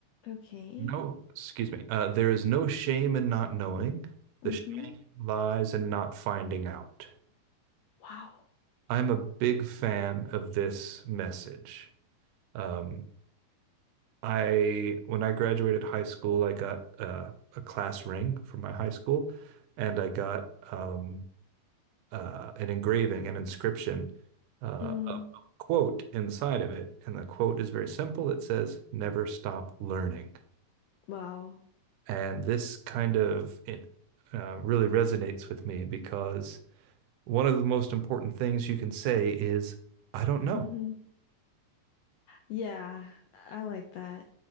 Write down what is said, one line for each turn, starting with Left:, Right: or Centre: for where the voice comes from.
Left: Okay.
Right: No, excuse me. Uh, there is no shame in not knowing. The
Left: Mm-hmm.
Right: shame lies in not finding out.
Left: Wow.
Right: I'm a big fan of this message. Um, I when I graduated high school, I got uh, a class ring from my high school, and I got um, uh, an engraving, an inscription, uh,
Left: Mm,
Right: a quote inside of it. And the quote is very simple. It says, "Never stop learning."
Left: wow.
Right: And this kind of it, uh, really resonates with me because one of the most important things you can say is, "I don't know."
Left: Mm-hmm. Yeah, I like that.